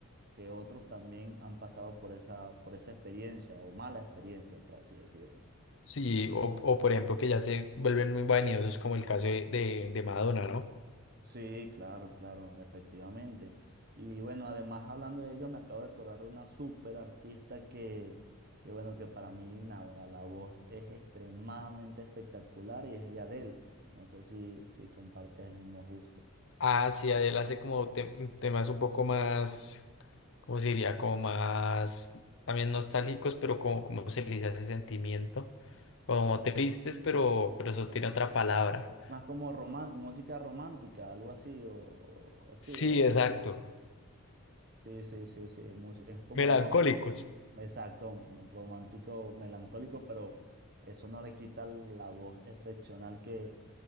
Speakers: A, on the right; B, on the left.
A: que otros también han pasado por esa, por esa experiencia o mala experiencia, por así decirlo.
B: Sí, o, o por ejemplo que ya se vuelven muy vanidosos como el caso de, de, de Madonna, ¿no?
A: Sí, claro, claro, efectivamente. Y bueno, además hablando de ellos, me acabo de acordar de una súper artista que, que bueno, que para mí, ahora la voz es extremadamente espectacular y es de Adele. No sé si, si compartes el mismo gusto.
B: Ah, sí, él hace como te- temas un poco más, ¿cómo se diría? Como más también nostálgicos, pero como, como se le dice a ese sentimiento, como tristes, pero, pero eso tiene otra palabra.
A: Es más como román- música romántica, algo así, o, o así,
B: Sí,
A: es como...
B: exacto.
A: Sí, sí, sí, sí. mus- Es como
B: Melancólicos.
A: más, no, exacto, un romántico, melancólico, pero eso no le quita la voz excepcional que,